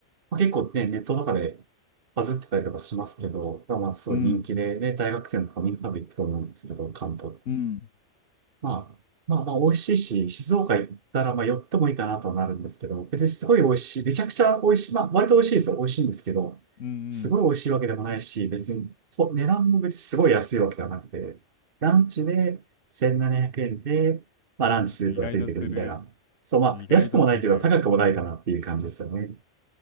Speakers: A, on the right; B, on the left.
A: まあ、結構ね、ネットとかでバズってたりとかしますけど、まあ、すごい人気でね、
B: うん、
A: 大学生とかみんな食べ行くと思うんですけど、関東。
B: うん、
A: まあ、まあまあ美味しいし、静岡行ったらまあ寄ってもいいかなとはなるんですけど、別にすごい美味しい、めちゃくちゃ美味しい、まあ割と美味しいですよ、美味しいんですけど、
B: うん、
A: すごい美味しいわけでもないし、別にと値段も別にすごい安いわけではなくて、ランチで1700円で、まあランチスープがついてくるみたいな。
B: うん。意外とする。
A: そう、まあ安くもないけど高くもないかなっていう感じですよね。
B: 意外とする。